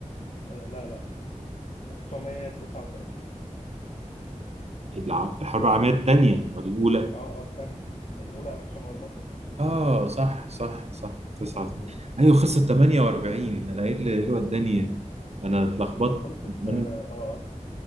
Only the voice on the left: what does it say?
آه، لا لا 1939
اه اه التانية الأولى 1914
مظبوط
آه، خلصت
اه اه آه.